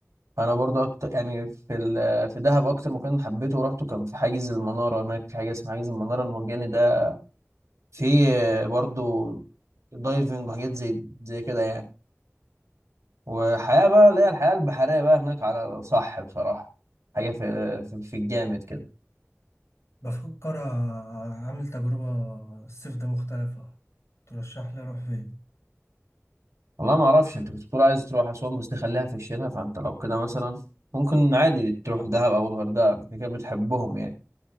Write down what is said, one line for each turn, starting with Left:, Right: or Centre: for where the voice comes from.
Right: انا برضو اكتر يعني في ال... في دهب اكتر مكان حبيته ورحته كان في حاجز المنارة هناك في حاجة اسمها حاجز المنارة المرجاني ده في آه، برضو دايفنج وحاجات زي زي كده يعني وحياة بقى اللي هي الحياة البحرية بقى هناك على الصح بصراحة حاجة في في, في الجامد كده
Left: بفكر أعمل تجربة الصيف ده مختلفة ترشح لي أروح فين
Right: والله ما اعرفش انت كنت بتقول عايز تروح اسوان بس تخليها في الشتاء فانت لو كده مثلا ممكن عادي تروح دهب او الغردقة انت كده كده بتحبهم يعني